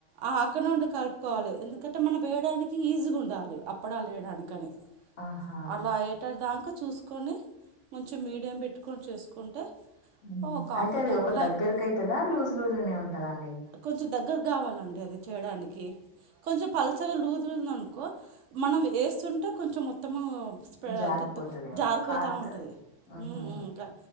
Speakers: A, on the right; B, on the left.
A: ఆ అక్కడ్నే ఉండి కలుపుకోవాలి ఎందుకంటే మనం వేయడానికి ఈజీగా ఉండాలి అప్పడలేేయడాని కాని
B: ఆహా
A: అలా అయ్యేటదాంక చూసుకొని కొంచెం మీడియం పెట్టుకొని చేసుకుంటే
B: ఉమ్మ్
A: ఒక హాఫ్
B: అయితే అది
A: అన్ అవర్లో
B: ఒక దగ్గరకి
A: అయిపో
B: అయితదా లూజ్ లూజ్గానే ఉంటదండి
A: కొంచెం దగ్గర కావాలండి అది చేయడానికి కొంచెం పల్చగా లూజ్ లూజు ఉందనుకో మనం ఏస్తుంటే కొంచెం మొత్తము స్ప్రె
B: జారిపోతుదేమో
A: అంతా జారిపోతా
B: కారుతది
A: ఉంటది
B: ఉహు
A: ఉమ్మ్ ఉమ్మ్ రై